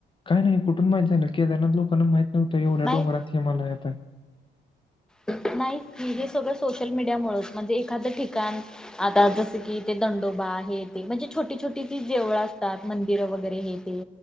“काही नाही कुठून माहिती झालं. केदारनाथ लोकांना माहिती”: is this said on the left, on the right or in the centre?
Left